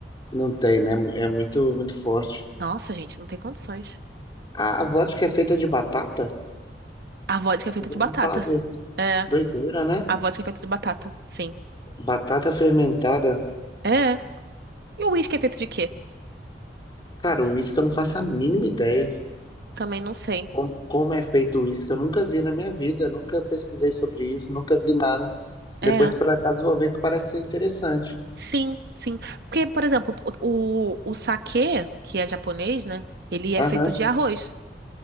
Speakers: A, on the left; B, on the right.
A: Não tem, né? É muito, muito forte.
B: Nossa, gente, não tem condições.
A: A, a vodka é feita de batata?
B: A vodka é feita
A: Eu já
B: de
A: ouvi
B: batata.
A: falar disso.
B: É,
A: Doideira, né?
B: a vodka é feita de batata, sim.
A: Batata fermentada.
B: É. E o uísque é feito de quê?
A: Cara, o uísque eu não faço a mínima ideia.
B: Também não sei.
A: Como, como é feito o uísque? Eu nunca vi na minha vida. Nunca pesquisei sobre isso. Nunca vi nada.
B: É.
A: Depois, por acaso, vou ver que parece ser interessante.
B: Sim, sim. Porque, por exemplo, o, o, o saquê, que é japonês, né? Ele é
A: Aham.
B: feito de arroz.